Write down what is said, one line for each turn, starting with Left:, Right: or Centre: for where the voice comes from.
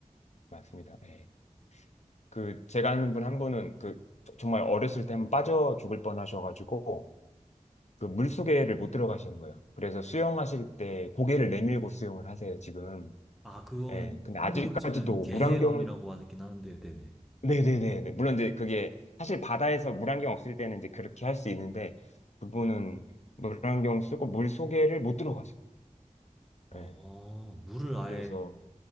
Left: 맞습니다. 네. 그, 제가 아는 분 한 분은 그, 저- 정말 어렸을 때 한 번 빠져 죽을 뻔 하셔가지고, 그 물속에를 못 들어가시는 거예요. 그래서 수영하실 때 고개를 내밀고 수영을 하세요, 지금.
Centre: 아, 그건
Left: 네. 근데
Centre: 한국으로
Left: 아직까지도
Centre: 치면 개헤엄이라고
Left: 물안경을,
Centre: 하긴 하는데, 네네.
Left: 네네네. <laughs> 물론 이제 그게, 사실 바다에서 물안경 없을 때는 이제 그렇게 할 수 있는데, 그분은 물안경 쓰고 물속에를 못 들어가세요.
Centre: 어,
Left: 네.
Centre: 물을 아예
Left: 그래서,